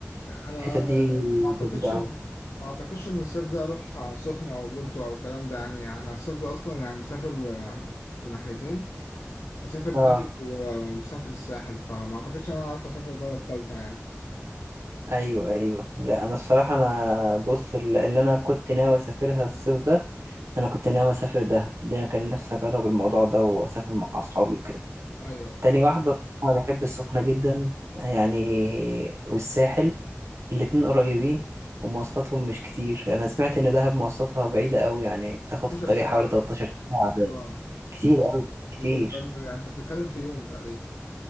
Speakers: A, on the left (about 80°); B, on the right (about 70°).
A: انا
B: الحتت دي
A: يعني ما اعتقدش
B: جميله
A: ان
B: قوي
A: ما اعتقدش ان الصيف ده اروح سخنة او بورتو او الكلام ده يعني انا الصيف ده اصلا يعني مسافر آه، في ناحيتين مسافر
B: اه
A: دهب ومسافر الساحل فما اعتقدش ان انا اعرف اسافر بلد تالتة يعني
B: ايوه ايوه لا انا الصراحه انا بص اللي اللي انا كنت ناوي اسافرها الصيف ده انا كنت ناوي اسافر دهب ده أنا كان نفسي اجرب الموضوع ده واسافر مع اصحابي وكده
A: ايوه أيوة.
B: تاني واحده انا بحب السخنه جدا يعني والساحل الاتنين قريبين ومواصلاتهم مش كتير انا سمعت ان دهب مواصلاتها بعيده قوي يعني بتاخد
A: 12
B: في الطريق
A: ساعة
B: حوالي 13 ساعه باين
A: اه
B: كتير قوي كتير
A: كتير- يعني انت بتتكلم في يوم تقريبا